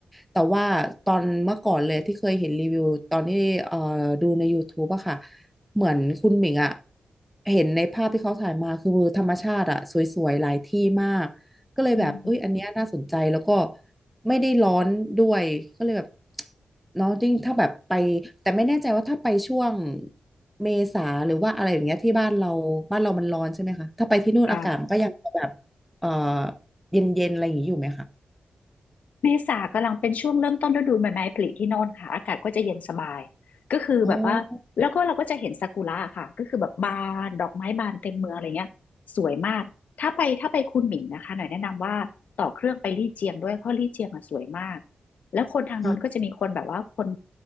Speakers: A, in the centre; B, on the left (about 80°).
A: แต่ว่าตอนเมื่อก่อนเลยที่เคยเห็นรีวิวตอนที่เอ่อดูใน YouTube อะค่ะเหมือนคุณหมิงอะเห็นในภาพที่เขาถ่ายมาคือธรรมชาติอะสวยๆหลายที่มาก ก็เลยแบบเอ้ยอันเนี้ยน่าสนใจแล้วก็
B: อืม
A: ไม่ได้ร้อนด้วยก็เลยแบบ <tsk> เนาะยิ่งถ้าแบบไปแต่ไม่แน่ใจว่าถ้าไปช่วงเมษาหรือว่าอะไรอย่างเงี้ยที่บ้านเราบ้านเรามันร้อนใช่ไหมคะถ้าไปที่นู่นอากาศมันก็ยังแบบเอ่อ
B: ค่ะ
A: เย็นๆอะไรอย่างนี้อยู่ไหมคะ
B: เมษากำลังเป็นช่วงเริ่มต้นฤดูใบไม้ผลิที่โน่นค่ะอากาศก็จะเย็นสบายก็คือแบบว่าแล้วก็เราก็จะเห็นซากุระค่ะก็คือแบบบานดอกไม้บานเต็มเมืองอะไรเงี้ยสวยมากถ้าไปถ้าไปคุนหมิงนะคะหน่อยแนะนำว่าต่อเครื่องไปลี่เจียงด้วยเพราะลี่เจียงอ่ะสวยมาก
A: อ๋อ
B: แล้วคนทางโน้นก็จะมีคนแบบว่าคน
A: อ๋อ